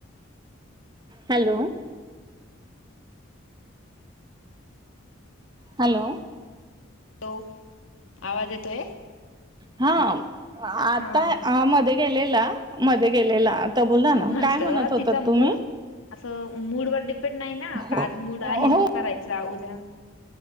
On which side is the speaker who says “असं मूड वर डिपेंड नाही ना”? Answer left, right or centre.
Left